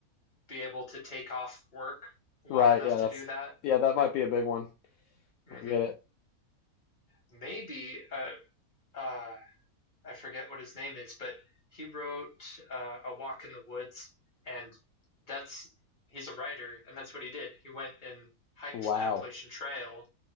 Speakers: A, on the left; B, on the left.
A: be able to take off work long
B: Right.
A: enough
B: Yeah,
A: to
B: that's.
A: do that.
B: Yeah, that might be a big one.
A: hmm
B: I get it.
A: Maybe uh, uh, I forget what his name is, but he wrote uh, A Walk in the Woods, and that's he's a writer, and that's what he did. He went and hiked
B: Wow.
A: the Appalachian Trail.